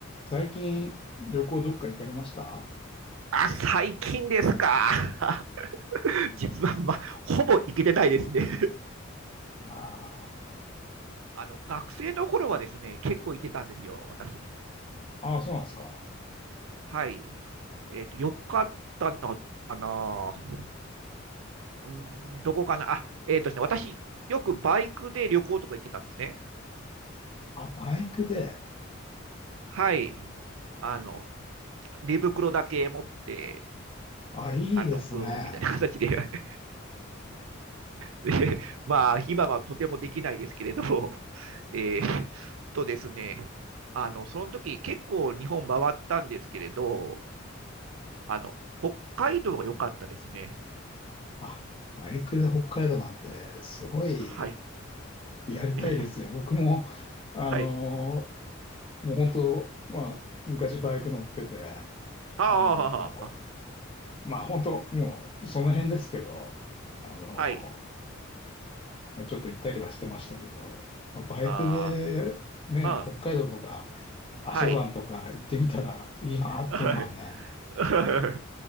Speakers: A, on the left; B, on the right.
A: 最近、旅行どっか行かれましたあ
B: あ、最近ですか。<laughs> 実は、ま、ほぼ行けてないですね
A: あ
B: <laughs> あの、学生の頃はですね、結構行ってたんですよ、私も。
A: ー、あーそうなんですか。
B: はい。えっと、よかったのかな。うーん、どこかな。あ、えっとですね、私、よくバイクで旅行とか行ってたんですね。
A: あ、バイクで。
B: はい。あの、寝袋だけ持って、
A: あ、いいですね。
B: あの、ブーンみたいな形で <laughs> で、まあ、今はとてもできないですけれど、えーっとですね、あの、その時結構日本回ったんですけれど、あの、北海道が良かったですね。
A: あ、バイクで北海道なんて、すごい
B: はい。
A: やりたいですよ。
B: <laughs> ね、
A: 僕も、あの
B: はい。
A: ーもう本当、まあ、昔バイク乗ってて、
B: ああ、
A: あのーまあ本当、もうその辺ですけど、あのー
B: はい。
A: まあ、ちょっと行ったりはしてましたけど、まあ、バイクでね、
B: ああ、
A: 北海道とか
B: うん、
A: 阿蘇山とか行ってみたらいいなっていうのはね、
B: はい。はい。<laughs>